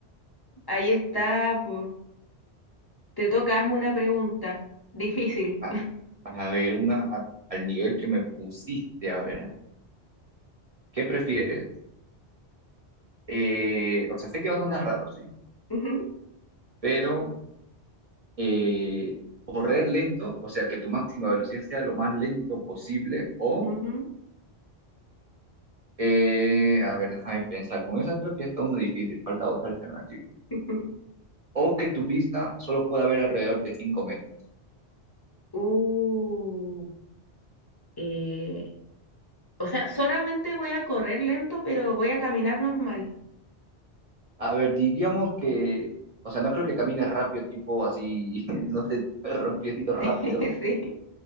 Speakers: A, on the left; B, on the right.
A: Ahí está, po. Te toca, hazme una pregunta. Difícil.
B: A, a ver, una a- al nivel que me pusiste, a ver, ¿qué prefieres? Eh, o sea, sé que va a sonar raro, ¿sí?
A: <laughs> Ujú,
B: Pero eh, correr lento, o sea, que tu máxima velocidad sea lo más lento posible o,
A: ujú.
B: eh, a ver, déjame pensar, con esa creo que está una difícil, falta otra alternativa.
A: <laughs>
B: O que tu vista solo pueda ver alrededor de cinco metros
A: Uh, eh, o sea, solamente voy a correr lento, pero voy a caminar normal.
B: A ver, digamos que, o sea, no creo que camines rápido, tipo así, <laughs> no sé, piecitos rápidos.
A: <laughs> Sí.